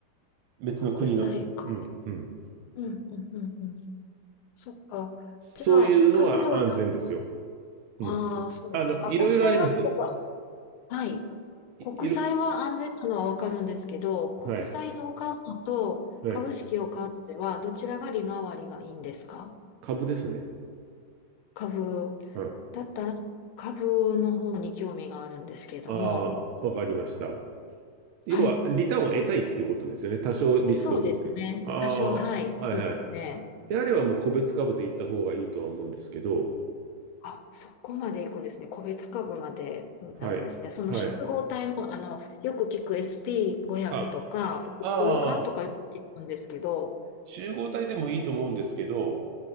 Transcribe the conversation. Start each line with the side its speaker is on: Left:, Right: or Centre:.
Right: 別の国の、
Left: 国債か。
Right: うん、うん。
Left: うん、うん、うん、うん。そっか。
Right: そういうのは安全ですよ。
Left: じゃあ、株では、
Right: うん。
Left: ああ、そうですか。
Right: あの、いろいろあります。
Left: 国債はすごくはい。
Right: い、
Left: 国債は安全なのはわかるんですけど、
Right: いろ、
Left: 国債を買うのと株式を買うのでは、
Right: はい。ええ
Left: どちらが利回りがいいんですか
Right: 株ですね。
Left: 株。
Right: うん。
Left: だったら株の方に興味があるんですけれども。
Right: ああ、わかりました。要は、
Left: はい。
Right: リターンを得たいっていうことですよね。多少リスクを取っても。
Left: そうですね。
Right: あ
Left: 多少、はい。
Right: あ、
Left: そうですね。
Right: はいはい。であればもう個別株で行った方がいいとは思うんですけど、
Left: あ、そこまで行くんですね。個別株までなるんですね。
Right: はい。
Left: その集合体の、
Right: はい。
Left: あの、よく聞く SP500
Right: あ、
Left: とか、
Right: ああ、
Left: オルカンとかよく聞くんですけど、
Right: 集合体でもいいと思うんですけど、